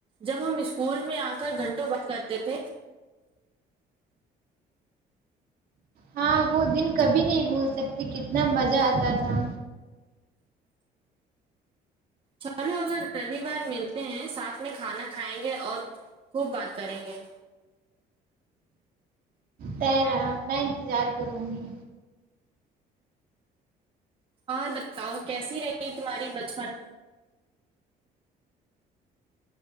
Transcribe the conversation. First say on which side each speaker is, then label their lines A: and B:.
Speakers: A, on the right; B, on the right.
A: جب ہم اسکول میں آ کر گھنٹوں ورک کرتے تھے
B: ہاں وہ دن کبھی نہیں بھول سکتی کتنا مزہ آتا تھا
A: چلو اگر رویوار ملتے ہیں ساتھ میں کھانا کھائیں گے اور خوب بات کریں گے
B: طے رہا میں انتظار کروں گی
A: اور بتاؤ کیسی رہی تمہاری بچپن